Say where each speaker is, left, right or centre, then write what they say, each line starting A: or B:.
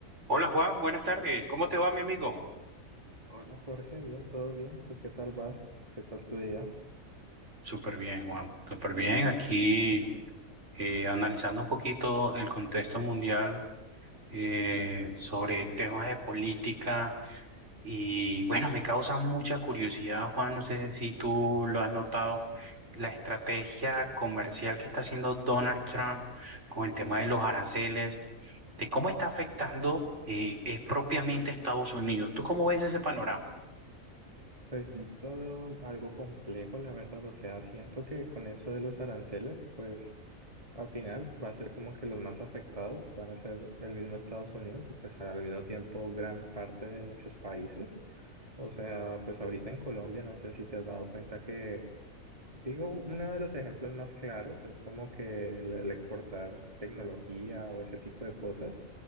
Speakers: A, on the right (about 60°); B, on the right (about 25°).
A: Hola Juan, buenas tardes. ¿Cómo te va, mi amigo?
B: Hola Jorge, bien, todo bien. ¿Tú qué tal vas? ¿Qué tal tu día?
A: Súper bien, Juan. Súper bien. Aquí eh, analizando un poquito el contexto mundial eh, sobre temas de política y bueno, me causa mucha curiosidad, Juan. No sé si tú lo has notado, la estrategia comercial que está haciendo Donald Trump con el tema de los aranceles, de cómo está afectando eh, eh, propiamente a Estados Unidos. ¿Tú cómo ves ese panorama?
B: Pues yo lo veo algo complejo, la verdad. O sea, siento que con eso de los aranceles, pues al final va a ser como que los más afectados van a ser el mismo Estados Unidos y pues al mismo tiempo gran parte de muchos países. O sea, pues ahorita en Colombia, no sé si te has dado cuenta que, digo, uno de los ejemplos más claros es como que el el exportar tecnología o ese tipo de cosas.